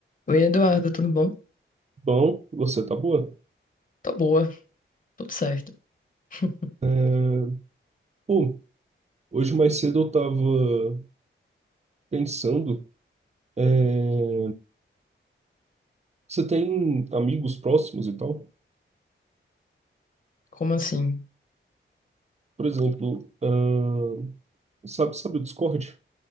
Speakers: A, on the left; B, on the right.
A: Oi, Eduardo, tudo bom?
B: Bom, você tá boa?
A: Tá boa, tudo certo. <laughs>
B: É, Pô, hoje mais cedo eu tava pensando, é, você tem amigos próximos e tal?
A: Como assim?
B: Por exemplo, ahn, sabe, sabe o Discord?